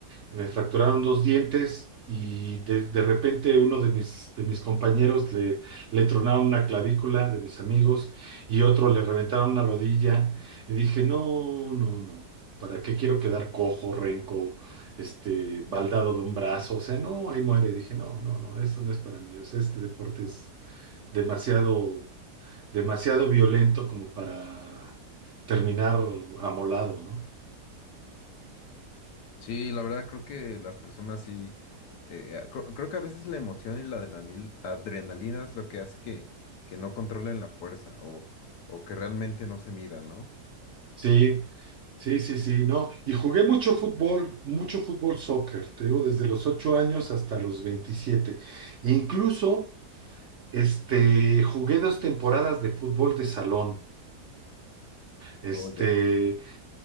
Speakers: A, on the right; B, on the left.
A: Me fracturaron dos dientes y de, de repente uno de mis, de mis compañeros le, le tronaron una clavícula de mis amigos y otro le reventaron una rodilla. Y dije, no, no, no, ¿para qué quiero quedar cojo, renco, este, baldado de un brazo? O sea, no, ahí muere. Dije, no, no, no, esto no es para mí. O sea, este deporte es demasiado, demasiado violento como para terminar amolado, ¿no?
B: Sí, la verdad creo que las personas sí, eh, cr- creo, que a veces la emoción y la adrenalina, adrenalina es lo que hace que, que no controlen la fuerza o, o que realmente no se midan, ¿no?
A: Sí, sí, sí, sí, no. Y jugué mucho fútbol, mucho fútbol soccer, te digo, desde los 8 años hasta los 27. Incluso, este, jugué dos temporadas de fútbol de salón. Este,
B: Oh, ya.